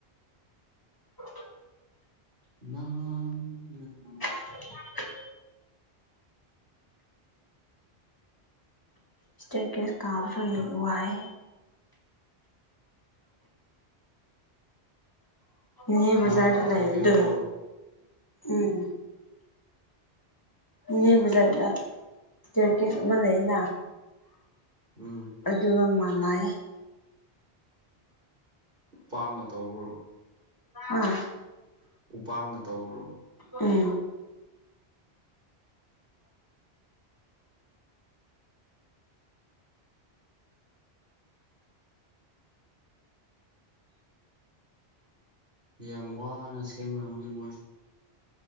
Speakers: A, on the left; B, on the right.
A: ꯑꯣ
B: <unintelligible>
A: <unintelligible> ꯏꯁꯇꯦꯠ ꯀꯦꯁ ꯀꯥꯕꯁꯨ ꯋꯥꯏ ꯅꯕꯖꯥꯗ
B: ꯃꯥꯏ ꯇꯥꯊꯣꯛꯀꯦ
A: ꯂꯩꯔꯗ
B: ꯍꯥꯏꯕ꯭ꯔꯣ
A: ꯎꯝ ꯏꯅꯦ ꯕꯖꯥꯔꯗ ꯇꯔꯀꯤꯁ ꯑꯃ ꯂꯩꯅ
B: ꯎꯝ
A: ꯑꯗꯨ ꯑꯃꯅꯥꯏ
B: ꯄꯥꯛꯅ ꯇꯧꯕ꯭ꯔꯣ
A: ꯑꯥ
B: ꯎꯄꯒ ꯇꯧꯕ꯭ꯔꯣ
A: ꯎꯝ
B: ꯌꯥꯝ ꯋꯥꯅ ꯁꯦꯝꯅꯝꯒꯅꯤ ꯃꯣꯏꯁꯨ